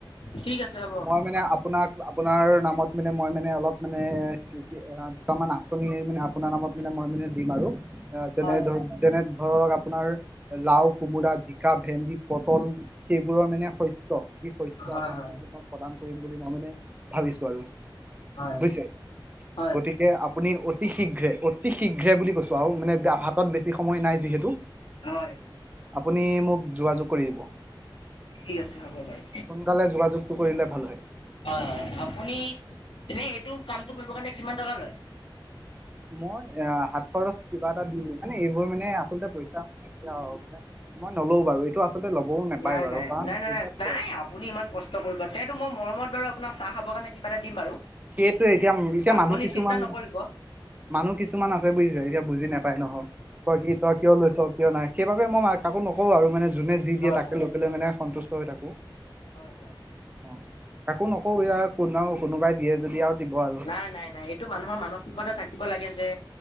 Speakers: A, on the left; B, on the right.
A: ঠিক আছে হ'ব।
B: মই মানে আপোনাক আপোনাৰ নামত মানে মই মানে অলপ মানে এ দুটামান আচনি মানে আপোনাৰ নামত মানে মই মানে দিম আৰু। আ তেনে
A: হয়,
B: ধৰ, যেনে ধৰক আপোনাৰ লাও, কোমোৰা, জিকা, ভেন্দি, পটল সেইবোৰৰ মানে শস্য যি শস্য
A: হয়,
B: আপোনালোকলৈ
A: হয়,
B: প্ৰদান কৰিম বুলি মই মানে ভাবিছোঁ আৰু।
A: হয়,
B: বুজিছে
A: হয়।
B: গতিকে আপুনি অতি শীঘ্ৰে অতি শীঘ্ৰে বুলি কৈছো আৰু মানে হাতত বেছি সময় নাই যিহেতু
A: হয়
B: আপুনি মোক যোগাযোগ কৰি দিব সোনকালে
A: ঠিক আছে হ'ব বাৰু।
B: যোগোযোগ কৰিলে ভাল হয়
A: হয় হয় আপুনি তেনে এইটো কামটো কৰিব কাৰণে কিমান টকা লয়
B: মই এ সাত খৰচ কিবা এটা দি দিম মানে এইবোৰ মানে আচলতে পইচা মানে কিয় হ'ব মানে মই নলও বাৰু এইটো আচলতে ল'বও নাপায়
A: নাই,
B: বাৰু
A: নাই,
B: কাৰণ
A: নাই, নাই,
B: এইবিলাক
A: নাই, নাই
B: চ
A: আপুনি ইমান কষ্ট কৰিব তেতো মই মৰমত বাৰু আপোনাক চাহ খাব কাৰণে কিবা এটা দিম বাৰু
B: সেইটো এতিয়া এতিয়া
A: আপুনি
B: মানুহ কিছুমান
A: চিন্তা নকৰিব।
B: মানুহ কিছুমান আছে বুজিছে এতিয়া বুজি নাপায় নহয় তই কি তই কিয় লৈছ কিয় নাই সেইবাবে মই কাকো নকওঁ আৰু মানে যোনে যি দিয়ে
A: হয়,
B: তাকে
A: হয়।
B: লৈ <unintelligible> মানে সন্তুষ্ট হৈ থাকো
A: হয় হয়
B: অ কাকো নকোও ই এয়া কোন কোনোবাই দিয়ে যদি আৰু দিব আৰু
A: নাই নাই নাই এইটো মানুহৰ মানসিকতা থাকিব লাগে যে